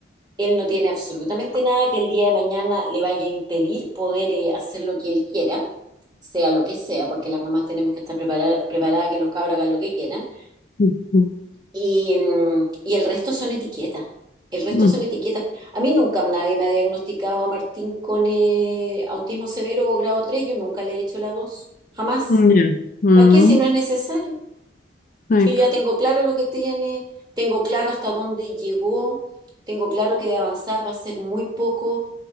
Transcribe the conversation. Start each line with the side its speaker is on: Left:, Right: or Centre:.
Right: él no tiene absolutamente nada que el día de mañana le vaya a impedir poder eh, hacer lo que él quiera, sea lo que sea, porque las mamás tenemos que estar preparar- preparadas a que los cabros hagan lo que quieran.
Left: mm, mm,
Right: Y, mm, y el resto son etiquetas. El resto
Left: mm,
Right: son etiquetas. A mí nunca nadie me ha diagnosticado a Martín con eh, autismo severo o grado 3. Yo nunca le he hecho la 2. Jamás.
Left: mm, ya. Mm,
Right: ¿Para qué si no es necesario?
Left: sí,
Right: Si
Left: po.
Right: yo ya tengo claro lo que tiene, tengo claro hasta dónde llegó, tengo claro que de avanzar va a ser muy poco